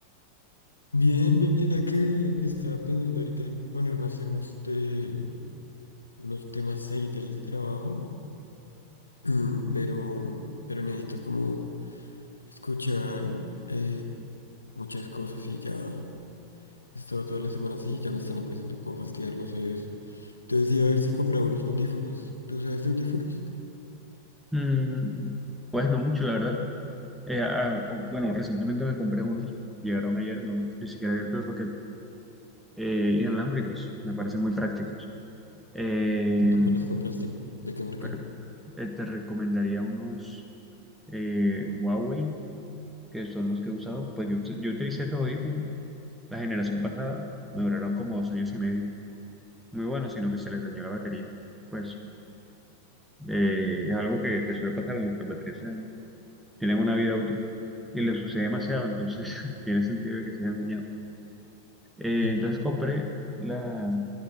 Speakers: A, on the left (about 80°); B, in the centre.
A: Bien, mira que, que estaba pensando ahorita en ponerme a hacer unos, eh, unos temas ahí del trabajo, <clears throat> pero, pero necesito como escuchar eh, muchas cosas y ya he estado toda la semana así y ya me están empezando como a fastidiar los oídos. Entonces iba a ver si compraba unos audífonos. ¿Tú sabes de audífonos?
B: Mm, pues no mucho, la verdad. Eh, ah, o- bueno, recientemente me compré unos, llegaron ayer, no, ni siquiera abierto el paquete, eh, inalámbricos, me parecen muy prácticos. Eh,
A: Ah, ¿cuáles compraste? ¿De qué marca?
B: pero, eh, te recomendaría unos eh, Huawei que son los que he usado. Pues yo, yo utilicé estos audífonos. La generación pasada me duraron como dos años y medio. Muy buenos sino que se les dañó la batería. Pues eh, es algo que, que suele pasar, como que las baterías se dañan. Tienen una vida útil y le sucede demasiado, entonces <laughs> tiene sentido de que se hayan dañado. Eh,
A: <clears throat>
B: entonces compré la,